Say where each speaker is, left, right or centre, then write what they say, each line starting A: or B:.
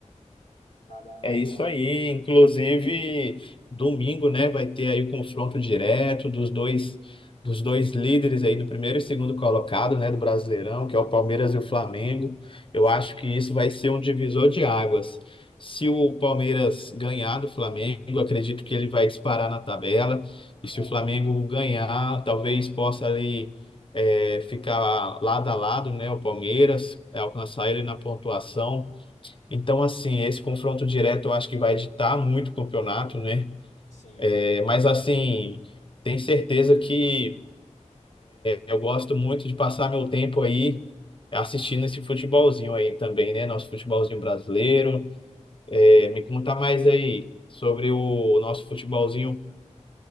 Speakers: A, on the left; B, on the left.
A: Cada ano
B: É isso
A: é um.
B: aí. Inclusive, domingo, né, vai ter aí o confronto direto dos dois dos dois líderes aí do primeiro e segundo colocado, né, do Brasileirão, que é o Palmeiras e o Flamengo. Eu
A: Sim.
B: acho que isso vai ser um divisor de águas. Se o Palmeiras ganhar do Flamengo, eu acredito que ele vai disparar na tabela. E
A: É,
B: se o Flamengo ganhar, talvez possa ali eh, ficar lado a lado, né, o Palmeiras, eh, alcançar ele na pontuação. Então, assim, esse confronto direto eu acho que vai ditar muito o campeonato, né?
A: sim.
B: É, mas, assim, tenho certeza que eu gosto muito de passar meu tempo aí assistindo esse futebolzinho aí também, né? Nosso futebolzinho brasileiro. É, me conta mais aí sobre o nosso futebolzinho.